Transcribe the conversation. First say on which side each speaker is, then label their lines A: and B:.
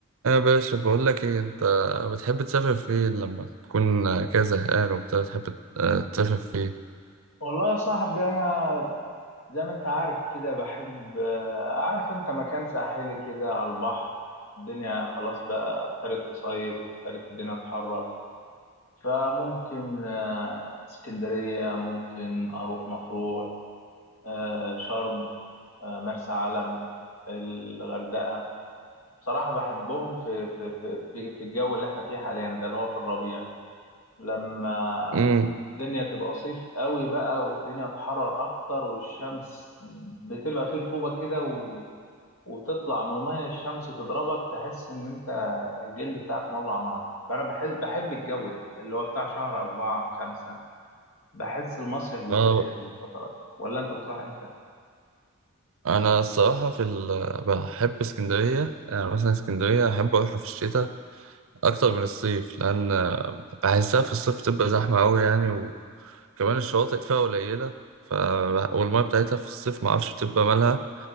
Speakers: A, on the right (about 65°); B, on the left (about 70°).
A: يا باشا بقول لك ايه انت بتحب تسافر فين لما تكون كده زهقان وبتاع بتحب آه، تسافر فين
B: والله يا صاحبي انا زي ما انت عارف كده بحب آه، عارف انت مكان ساحلي كده على البحر الدنيا خلاص بقى ابتدت تصيف وابتدت الدنيا تحرر فممكن آه، اسكندرية ممكن اروح مطروح آه، شرم آه، مرسى علم الغردقة بصراحة بحبهم في في في في في الجو اللي احنا فيه حاليا ده اللي هو في الربيع لما
A: امم
B: الدنيا تبقى صيف قوي بقى والدنيا تحرر اكتر والشمس بتبقى فيه رطوبة كده و... وتطلع من المية الشمس تضربك تحس ان انت الجلد بتاعك مولع نار فانا بحس بحب الجو ده اللي هو بتاع شهر أربعة خمسة بحس المصيف بيكون
A: اه
B: حلو الفترة دي ولا انت بتروح امتى؟
A: انا الصراحه في ال... بحب اسكندريه يعني مثلا اسكندريه احب اروحها في الشتاء اكتر من الصيف لان آه، بحسها في الصيف تبقى زحمه قوي يعني وكمان الشواطئ فيها قليله ف... والميه بتاعتها في الصيف ما اعرفش بتبقى مالها